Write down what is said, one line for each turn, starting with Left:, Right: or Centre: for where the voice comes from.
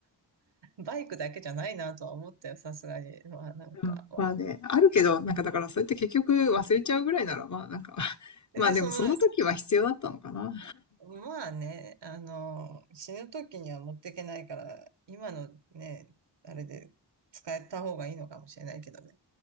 Right: バイクだけじゃないなとは思ったよ、さすがに。まあなんか、
Left: うん、
Right: まあ
Left: まあね、あるけど、なんかだからそうやって結局忘れちゃうぐらいなら、まあなんか <laughs>
Right: で、
Left: まあでもその時は必要だったのかな。
Right: でそのまあね、あの、死ぬ時には持っていけないから、今のね、あれで使えた方がいいのかもしれないけどね。